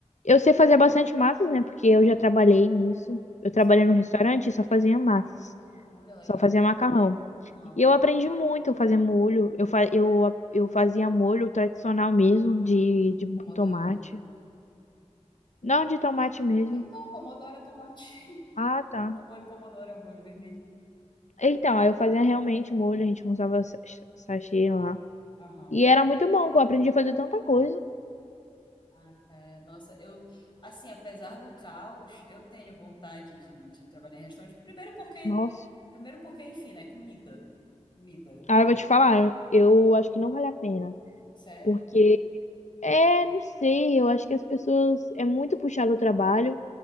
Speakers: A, on the left; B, on the left.
A: Eu sei fazer bastante massas, né? Porque eu já trabalhei nisso. Eu trabalhei
B: Sim,
A: no restaurante e só fazia massas.
B: olha, legal.
A: Só fazia macarrão.
B: Aham,
A: E eu aprendi muito a fazer molho. Eu, fa eu, a- eu fazia molho tradicional mesmo, de, de
B: Pomodoro,
A: tomate.
B: né?
A: Não, de tomate mesmo.
B: Então, pomodoro é tomate. <laughs>
A: Ah, tá.
B: É o molho pomodoro, é o molho vermelho.
A: Então, aí eu fazia realmente molho, a gente usava sa- sachê lá.
B: Aham.
A: E era muito bom, que eu aprendi a fazer tanta coisa.
B: Ai, cara, nossa, eu, assim, apesar do caos, eu tenho vontade de, de trabalhar em restaurante. Primeiro porque,
A: Nossa.
B: primeiro porque, enfim, né, comida. Comida,
A: Ah,
B: é,
A: eu vou te falar, eu acho que não vale a pena.
B: sério,
A: porque É, não sei, eu acho que as pessoas é muito puxado o trabalho